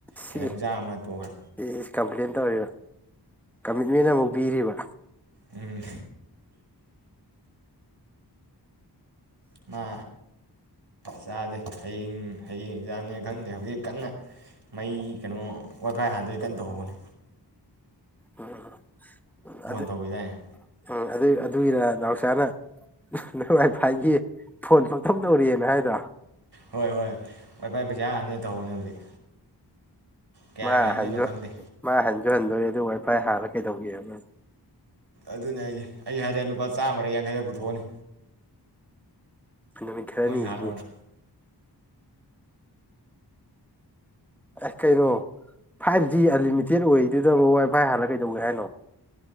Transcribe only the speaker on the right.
ꯈꯤꯇꯪ ꯆꯥꯔꯝꯃ ꯇꯣꯛꯈ꯭ꯔꯦ꯫
ꯎꯝ ꯃꯥ ꯆꯥꯗꯦ ꯍꯌꯦꯡ ꯍꯌꯦꯡ ꯑꯦꯛꯖꯥꯝꯅꯦ ꯈꯟꯗꯦ ꯍꯧꯖꯤꯛ ꯀꯟꯅ ꯃꯩ ꯀꯩꯅꯣ ꯋꯥꯏꯐꯥꯏ ꯍꯥꯟꯗꯣꯏ ꯀꯟꯅ ꯇꯧꯍꯧꯕꯅꯤ꯫
ꯇꯧꯈꯤꯗꯥꯏꯅꯦ
ꯍꯣꯏ ꯍꯣꯏ ꯋꯥꯏꯐꯥꯏ ꯄꯩꯁꯥ ꯍꯥꯟꯅꯤ ꯇꯧꯕꯅꯦ ꯍꯧꯖꯤꯛ ꯀꯌꯥꯒꯤ
ꯍꯥꯟꯗꯣꯏꯅꯣ
ꯈꯪꯗꯦ
ꯑꯗꯨꯅꯦ ꯍꯥꯏꯁꯦ ꯑꯩ ꯍꯥꯏꯔꯦ ꯂꯨꯄꯥ ꯆꯥꯝꯃꯔ ꯌꯥꯡꯈꯩꯔ ꯄꯨꯊꯣꯛ ꯑꯅꯤ
ꯍꯥꯜꯂꯣꯅ